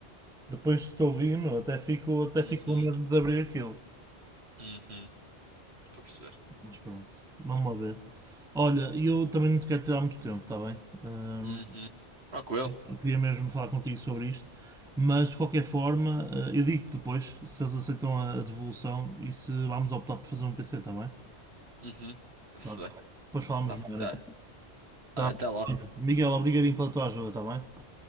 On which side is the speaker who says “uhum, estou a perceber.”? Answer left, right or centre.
Right